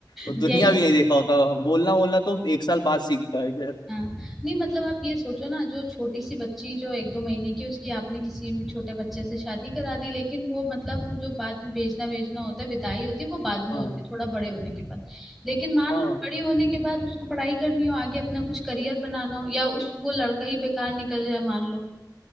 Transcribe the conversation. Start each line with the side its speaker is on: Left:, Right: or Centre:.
Left: और दुनिया
Centre: यही
Left: भी नहीं देखा होता बोलना बोलना तो एक साल बाद सीखता है खैर
Centre: हाँ। नहीं मतलब आप ये सोचो ना जो छोटी सी बच्ची जो एक दो महीने की उसकी आपने किसी भी छोटे बच्चे से शादी करा दी लेकिन वो मतलब वो जो बाद में भेजना भेजना होता है विदाई होती है वो बाद में
Left: हाँ
Centre: होती है थोड़ा बड़े होने के बाद लेकिन मान
Left: हाँ
Centre: लो बड़ी होने के बाद उसको पढ़ाई करनी हो आगे अपना कुछ करियर बनाना हो या उस वो लड़का ही बेकार निकल जाए मान लो